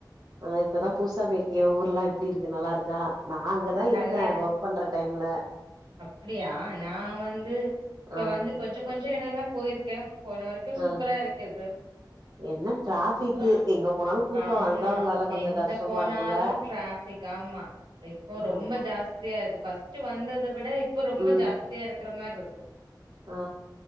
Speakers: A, on the right; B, on the right.
A: ஆ இப்பதா புதுசா போயிருக்கிய ஊர்லா எப் இப்டி இருக்கு நல்லா இருக்கா நா அங்கதா இருந்தே
B: நல்ல
A: ஒர்க் பண்ற டைம்ல
B: அப்டியா நா வந்து இப்ப
A: ஆ
B: வந்து கொஞ்ச கொஞ்ச <unintelligible> எட எல்லா போயிருக்கே போன வரைக்கு
A: ஆ
B: சூப்பரா இருக்குது
A: என்ன டிராஃபிக்கு
B: அ
A: எங்க போனாலு கூட்டோ
B: ஆமா
A: அது அதா உங்களால கொஞ்சோ
B: எங்க
A: கஷ்டமா
B: போனாலு
A: இருக்குல்ல
B: டராபிக் ஆமா இப்போ ரொம்ப
A: ஆமா
B: ஜாஸ்தியா இருக்கு ஃபஸ்ட் வந்தத விட இப்ப ரொம்ப
A: ம்
B: ஜாஸ்தியா இருக்கு க்கிறமாரி இருக்கு
A: ஆ